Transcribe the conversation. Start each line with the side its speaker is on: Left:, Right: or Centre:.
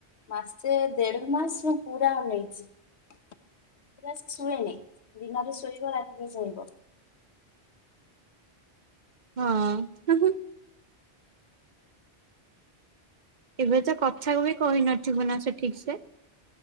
Left: ମାସେ ଦେଢ଼ ମାସ ପୁରା ଅନେଇଛି। ପୁରା ଶୁଏନି। ଦିନରେ ଶୋଇବ ରାତିରେ ଚେଁଇବ।
Right: ହଁ ହିଁ ହିଁ ଏବେ ତ କଥାକୁ ବି କହି ନଥିବ ନା ସେ ଠିକ ସେ?